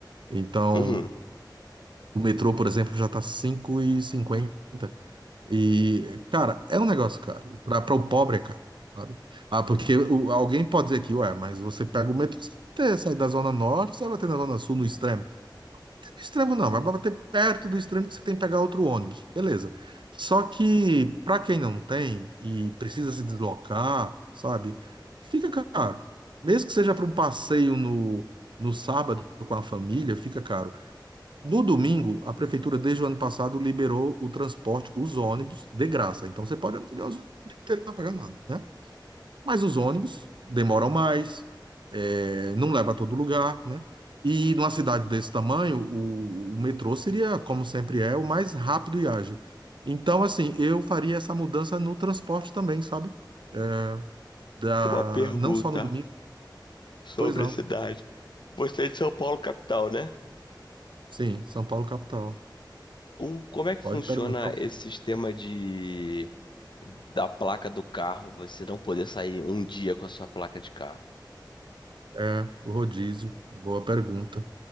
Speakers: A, on the right; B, on the left.
A: Então
B: Uhum.
A: o metrô, por exemplo, já tá 5,50. E, cinquenta. E, cara, é um negócio caro. Pra, pra o pobre, é caro, sabe? Ah, porque o- alguém pode dizer que, ué, mas você pega o metrô, você vai ter- sai da Zona Norte, você vai bater na Zona Sul, no extremo. No extremo não, vai bater perto do extremo que você tem que pegar outro ônibus. Beleza. Só que, pra quem não tem e precisa se deslocar, sabe? Fica caro. Mesmo que seja para um passeio no, no sábado com a família, fica caro. No domingo, a prefeitura, desde o ano passado, liberou o transporte, os ônibus, de graça. Então, você pode andar o dia inteiro não pagar nada, né? Mas os ônibus demoram mais, eh, não leva a todo lugar, né? E numa cidade desse tamanho, o, o metrô seria, como sempre é, o mais rápido e ágil. Então, assim, eu faria essa mudança no transporte também, sabe? É, Da,
B: Uma pergunta
A: não só no domingo,
B: sobre
A: pois não.
B: a cidade. Você é de São Paulo, capital, né?
A: Sim, São Paulo capital.
B: O, como é que
A: Pode
B: funciona
A: perguntar. o
B: esse sistema de da placa do carro, você não poder sair um dia com a sua placa de carro?
A: É, o rodízio. Boa pergunta.